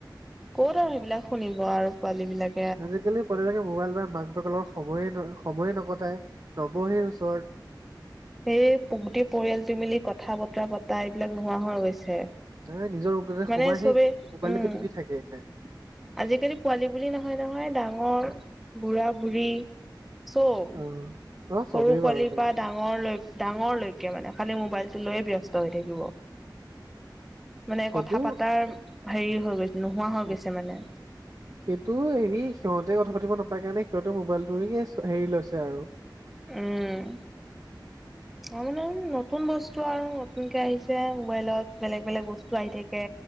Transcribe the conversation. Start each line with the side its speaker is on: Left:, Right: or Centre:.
Centre: কত আৰু সেইবিলাক শুনিব আৰু পোৱালী বিলাক।
Right: আজিকালি পোৱালিবিলাকে মোবাইল পায় মাক বাপেকৰ লগত সময়ে - সময়ে নকটাই নবহে ওচৰত।
Centre: এই পোকতি পৰিয়ালটো মিলি কথা বতৰা পতা এইবিলাক নোহোৱা হৈ গৈছে।
Right: নাই নিজৰ ৰুমতে
Centre: মানে
Right: সোমাই
Centre: চবে
Right: সেই মোবাইলটোকে
Centre: উম
Right: টিপি থাকে এনিটাইম।
Centre: আজিকালি পোৱালি বুলি নহয়-নহয় ডাঙৰ বুঢ়া- বুঢ়ী চব।
Right: অ অ',
Centre: সৰু
Right: চবেই
Centre: পোৱালিৰ
Right: বাৰু কৰো
Centre: পৰা ডাঙৰ লৈ - ডাঙৰলৈকে মানে খালি মোবাইলটো লৈয়ে ব্যস্ত হৈ থাকিব। মানে
Right: সেইটো
Centre: কথা পাতাৰ হেৰি হৈ গৈছে নোহোৱা হৈ
Right: উম
Centre: গৈছে মানে।
Right: <inaudible> সেইটো হেৰি সিহঁতে কথা পাতিব নাপায় কাৰণে সিহঁতে মোবাইলটোৰিগিয়ে হেৰি লৈছে আৰু।
Centre: উম, অ মানে নতুন বচ বস্তু আৰু নতুনকে আহিছে মোবাইলত। বেলেগ-বেলেগ বস্তু আহি থাকে।